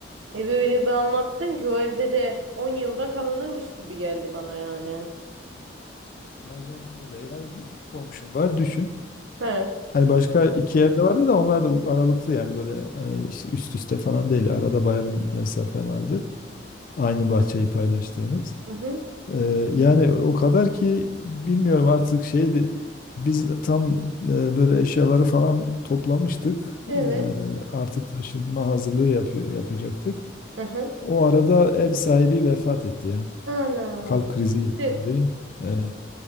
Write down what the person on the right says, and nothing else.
Evi öyle bir anlattın ki o evde de 10 yılda kalınırmış gibi geldi bana yani.
He.
Hı hı.
Evet.
Hı hı.
Ana.
Tüh.